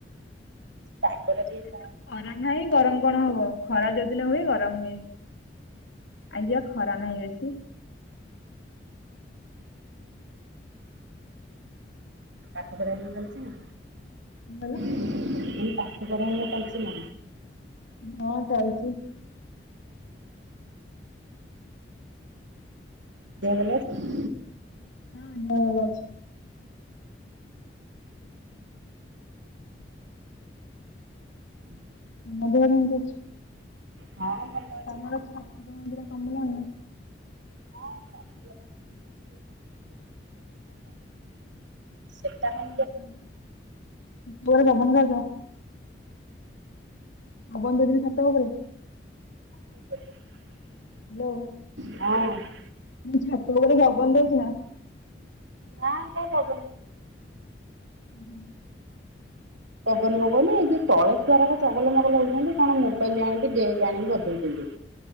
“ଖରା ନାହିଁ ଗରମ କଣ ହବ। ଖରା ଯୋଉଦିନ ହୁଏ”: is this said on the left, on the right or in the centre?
Left